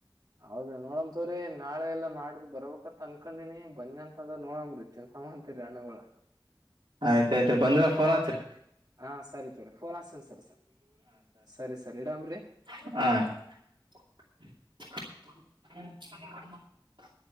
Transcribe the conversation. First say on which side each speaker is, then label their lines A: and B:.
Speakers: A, on the right; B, on the right.
A: ಹೌದ ನೋಡಮ ತೊರಿ ನಾಳೆ ಎಲ್ಲಾ ನಾಡಿದು ಬರ್ಬೇಕು ಅ ಅನ್ಕಂದಿನಿ ಬನ್ನಿ ಅಂತದ ನೋಡಂಬ್ರಿ ತಿನ್ ಸಮ ಅಂತೀರಿ ಹಣ್ಣಗಳು
B: ಆಯ್ತಾ ಆಯ್ತಾ ಬಂದ್ರ ಫೋನ್ ಹಚ್ರಿ
A: ಹಾ ಸರಿ ಸರಿ ಫೋನ್ ಹಸ್ನ ಸರಿ ಸರ್ ಸರಿ ಸರ್ ಇಡಂಬ್ರಿ
B: ಆ